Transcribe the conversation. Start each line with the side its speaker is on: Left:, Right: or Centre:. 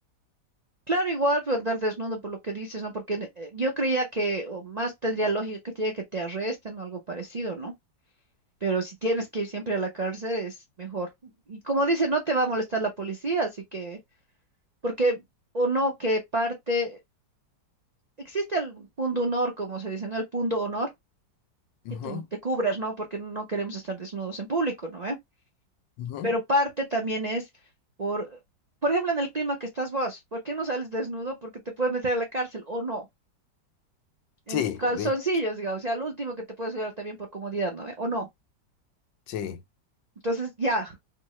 Right: Claro, igual pero andar desnudo por lo que dices, ¿no? Porque eh, yo creía que o más tendría lógica que te, que te arresten o algo parecido, ¿no? Pero si tienes que ir siempre a la cárcel, es mejor. Y como dice, no te va a molestar la policía, así que, porque, o no, que parte, existe el punto honor, como se dice, ¿no? El punto honor, que
Left: Ujú,
Right: tú te cubras, ¿no? Porque no queremos estar desnudos en público, ¿no? ve?
Left: ujú.
Right: Pero parte también es por, por ejemplo, en el clima que estás vos, ¿por qué no sales desnudo? Porque te puedes meter a la cárcel, o no, en
Left: Sí,
Right: calzoncillos,
Left: de,
Right: digamos, o sea, al último que te puedes llevar también por comodidad, ¿no? ve? O no.
Left: sí.
Right: Entonces, ya,